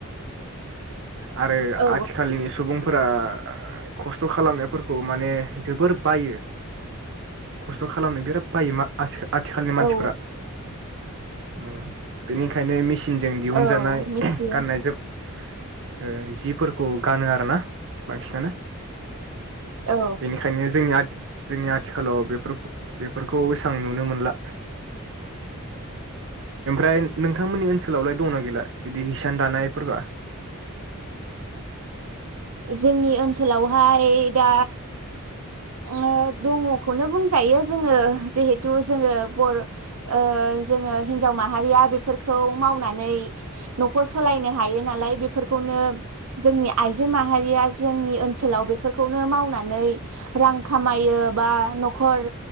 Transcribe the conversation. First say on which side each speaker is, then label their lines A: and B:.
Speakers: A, on the right; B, on the right.
A: आरो
B: औ
A: आथिखालनि सुबुंफोरा ओ खस्थ खालामनायफोरखौ माने जोबोर बायो खस्थ खालामनो बिराद बायो मा आथिखाल आथिखालनि मानसिफोरा
B: औ
A: ओम बेनिखायनो मिसि जों दिहुनजानाय
B: औ मिथियो
A: गाननाय जोम ओ जिफोरखौ गानो आरोना बांसिनानो
B: औ
A: बेनिखायनो जोंनि आथ जोंनि आथिखालाव बेफोर बेफोरखौ एसेबां नुनो मोनला ओमफ्राय नोंथांमोननि ओनसोलावलाय दंना गैला बिदि हिसान दानाय फोरबोआ?
B: जोंनि ओनसोलावहाय दा ओ दङखौनो बुंजायो जोङो जिहेथु जोङो बर ओ जोङो हिनजाव माहारिया बेफोरखौ मावनानै न'खर सालायनो हायो नालाय बेफोरखौनो जोंनि आइजो आइजो माहारिया जोंनि ओनसोलाव बेफोरखौनो मावनानै रां खामायो बा नखर